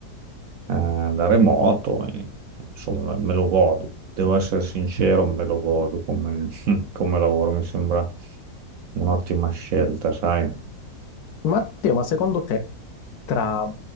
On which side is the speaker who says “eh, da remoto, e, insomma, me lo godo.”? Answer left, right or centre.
Right